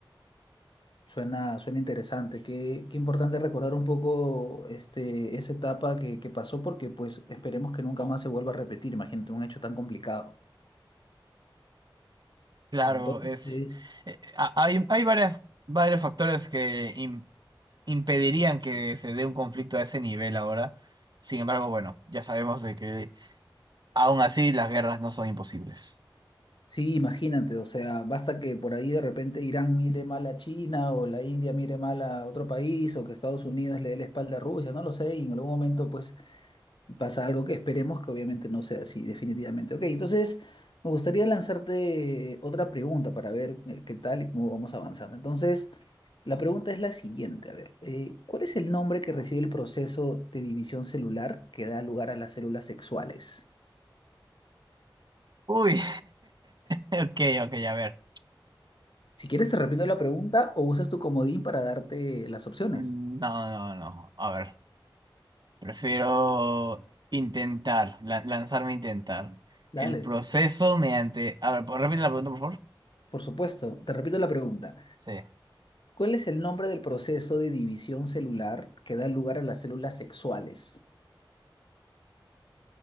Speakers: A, on the left; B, on the right.
A: Suena, suena interesante. Qué, qué importante recordar un poco este, esa etapa que, que pasó porque pues esperemos que nunca más se vuelva a repetir, imagínate, un hecho tan complicado.
B: Claro,
A: Entonces,
B: es eh, ha- hay, hay varias, varios factores que im- impedirían que se dé un conflicto a ese nivel ahora. Sin embargo, bueno, ya sabemos de que aún así las guerras no son imposibles.
A: sí, imagínate, o sea, basta que por ahí de repente Irán mire mal a China o la India mire mal a otro país o que Estados Unidos le dé la espalda a Rusia, no lo sé, y en algún momento pues pasa algo que esperemos que obviamente no sea así, definitivamente. Ok, entonces me gustaría lanzarte eh, otra pregunta para ver eh, qué tal y cómo vamos avanzando. Entonces, la pregunta es la siguiente, a ver, eh, ¿cuál es el nombre que recibe el proceso de división celular que da lugar a las células sexuales?
B: Uy, <laughs> ok, ok, a ver.
A: Si quieres, te repito la pregunta o usas tu comodín para darte las opciones.
B: Mm, No, no, no, a ver. Prefiero intentar, la- lanzarme a intentar.
A: Dale,
B: El proceso mediante... A ver, ¿puedo repetir la pregunta, por favor?
A: por supuesto, te repito la pregunta.
B: Sí.
A: ¿Cuál es el nombre del proceso de división celular que da lugar a las células sexuales?